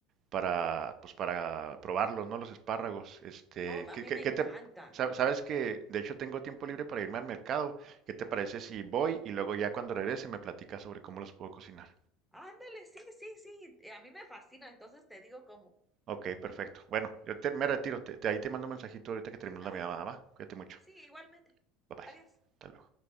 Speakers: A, on the right; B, in the centre.
A: para, pues para probarlos, ¿no? Los espárragos. Este,
B: Oh, a
A: ¿qué,
B: mí
A: qué-
B: me
A: qué
B: encantan.
A: te, sa- sabes que de hecho tengo tiempo libre para irme al mercado? ¿Qué te parece si voy y luego ya cuando regrese me platicas sobre cómo los puedo cocinar?
B: Ándale, sí, sí, sí, a mí me fascina, entonces te digo como,
A: Ok, perfecto. Bueno, yo te- me retiro. Te, te- ahí te mando un mensajito ahorita que termino
B: ah,
A: la llamada, ¿va? Cuídate mucho.
B: sí, igualmente.
A: Bye bye.
B: Adiós.
A: Hasta luego.